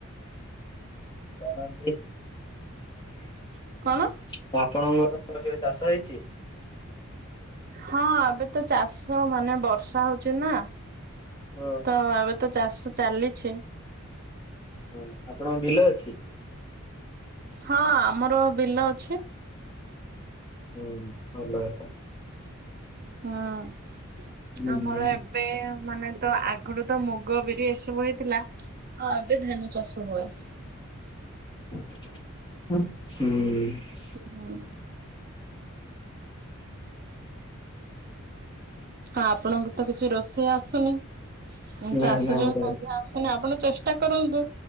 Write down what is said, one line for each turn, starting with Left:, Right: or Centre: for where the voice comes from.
Left: <unintelligible>
Right: କଣ?
Left: ଆପଣଙ୍କର କେବେ ଚାଷ ହେଇଚି।
Right: ହଁ ଏବେ ତ ଚାଷ ମାନେ ବର୍ଷା ହୋଉଚି ନା।
Left: ହଁ
Right: ତ ଏବେତ ଚାଷ ଚାଲିଚି।
Left: ହୋଉ ଆପଣଙ୍କ ବିଲ ଅଛି?
Right: ହଁ ଆମର ବିଲ ଅଛି।
Left: ହୁଁ <unintelligible>
Right: ହୁଁ
Left: ହୁଁ
Right: ଆମର ଏବେ ମାନେ ତ ଆଗରୁ ତ ମୁଗ ବିରି ଏସବୁ ହେଇଥିଲା। ହଁ ଏବେ ଧାନ ଚାଷୁ ହଏ।
Left: <unintelligible>
Right: ହୁଁ, ହୁଁ। ଆପଣଙ୍କତ କିଛି ରୋଷେଇ ଆସୁନି ଉଁ
Left: ନା
Right: ଚାଷ
Left: ନା
Right: ଯୋଉ
Left: ଏଇଟା
Right: ମଧ୍ୟ ଆସୁନି ଆପଣ ଚେଷ୍ଟା କରନ୍ତୁ